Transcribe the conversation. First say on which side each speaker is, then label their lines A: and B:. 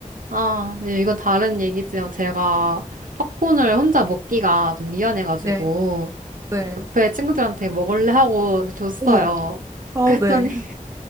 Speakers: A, on the right; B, on the right.
A: 아, 예, 이건 다른 얘기지만 제가 팝콘을 혼자 먹기가 좀 미안해가지고
B: 네, 네.
A: 옆에 친구들한테 먹을래 하고 줬어요.
B: 어머, 아,
A: 그랬더니,
B: 네.